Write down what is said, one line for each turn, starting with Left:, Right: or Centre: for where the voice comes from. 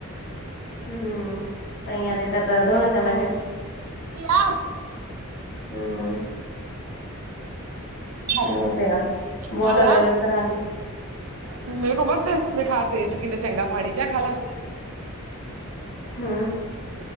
Left: ਹੂੰ, ਕਈਆਂ ਤੇ ਤਾਂ, ਦਰਦ ਹੋਣਾ ਕਹਿੰਦਾ। ਫੇਰ,
Right: ਕੀ ਆ।
Left: ਹੂੰ
Right: ਖ
Left: ਉਹ ਤੇ ਆ ਬਹੁਤ
Right: ਖ ਲਾ,
Left: ਅਲੱਗ-ਅਲੱਗ ਤਰ੍ਹਾਂ ਦੀ
Right: ਮੇਰੇ ਕੋ ਮਤ ਦੇ। ਮ ਖਾ ਟੇਸਟ ਕਿੰਨਾ ਚੰਗਾ। ਪਾਣੀ ਜਾ, ਖਾਲ ਲਾ।
Left: ਹੂੰ।